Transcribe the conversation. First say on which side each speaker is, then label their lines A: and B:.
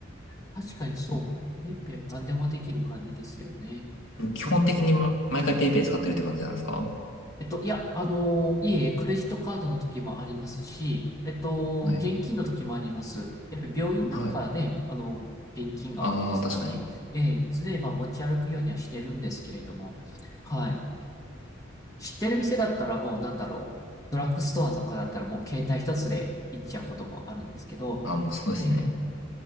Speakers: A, on the left; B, on the left.
A: 確かにそう。ペイペイは何でもできる感じですよね。
B: 基本的にま毎回
A: だ
B: PayPay 使ってるって感じなんですか
A: えっと、いや、あの、いえ、クレジットカードの時もありますし、えっと、
B: はい。
A: 現金の時もあります。やっぱり病院なんかね、
B: はい。
A: あの、現金が多いですし、
B: ああ、確かに。
A: ええ、常にまあ持ち歩くようにはしてるんですけれども、はい。知ってる店だったらもうなんだろう、ドラッグストアとかだったらもう携帯一つで行っちゃうこともあるんですけど、
B: あ、もうそうですね。
A: ええ、